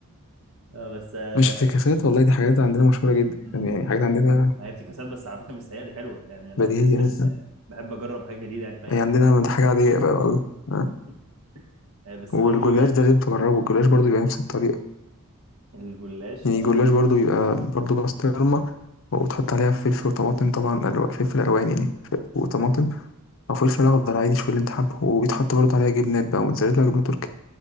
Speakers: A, on the right; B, on the left.
A: اه بس آه،
B: مش افتكاسات والله دي حاجات عندنا مشهورة جدا
A: مم.
B: فاهم؟ يعني حاجات عندنا
A: ما هي افتكاسات بس على فكره مش سيئه دي حلوه يعني انا
B: بديهية
A: بحب
B: يعني
A: ال... بحب اجرب حاجه جديده يعني في اي
B: هي
A: حاجه
B: عندنا من- دي حاجة عادية بقى والله آه.
A: <laughs> آه، بس
B: والجلاش
A: برضو يعني
B: ده لازم تجربه الجلاش برضو بيبقى نفس الطريقة
A: الجلاش
B: يعني
A: اه
B: الجلاش برضو بيبقى برضو بسطرمة وتحط عليها فلفل وطماطم طبعا ألو... فلفل ألوان يعني ف... وطماطم أو فلفل أخضر عادي شوف اللي أنت حابه وبيتحط برضو عليها جبنات بقى موتزاريلا وجبنة تركي